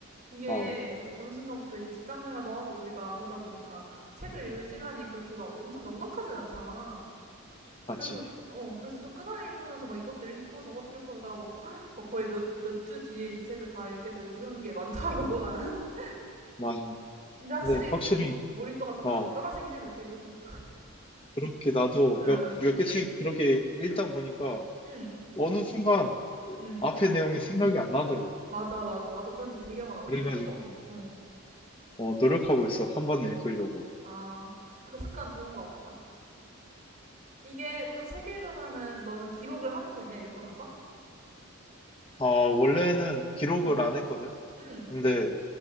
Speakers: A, on the right; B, on the left.
A: 이게
B: 어,
A: 어느 순간부터 이제 직장 생활도 하고 우리가 그러다 보니까 책을 읽을 시간이 그렇게 막 엄청 넉넉하진 않잖아.
B: 맞지.
A: 그래서 저- 어 그래서 좀 끊어 읽으면서 막 이것도 읽고 저것도 읽고 그러다가 막, <gasps> 막 거의 몇 몇 주 뒤에 이 책을 다 읽게 되고 이런 게 많더라고 나는. <laughs>
B: 맞아.
A: 근데 확실히
B: 근데 확실히,
A: 몰입도가 좀
B: 어,
A: 다 떨어지긴 해 그렇게 읽으면.
B: 그렇게 나도
A: 응,
B: 몇, 몇 개 책 그렇게 읽다 보니까
A: 응,
B: 어느 순간
A: 응.
B: 앞에 내용이 생각이 안 나더라고.
A: 맞아 맞아. 나도 그런 적 되게 많았어.
B: 그래가지고,
A: 어, 이거 어.
B: 어,
A: 진짜.
B: 노력하고 있어. 한 번에 읽으려고.
A: 아, 그 습관 좋은 것 같다. 이게 또 책 읽으면은 너는 기록을 하는 편이야 읽고 나서?
B: 어, 원래는 기록을
A: 응.
B: 안 했거든.
A: 음,
B: 근데,